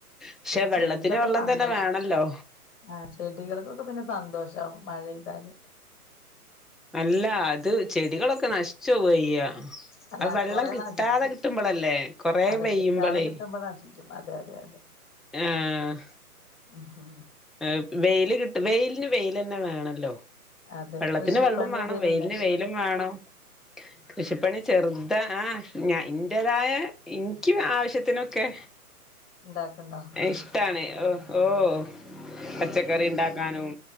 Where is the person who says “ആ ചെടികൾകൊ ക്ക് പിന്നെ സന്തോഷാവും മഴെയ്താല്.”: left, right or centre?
Left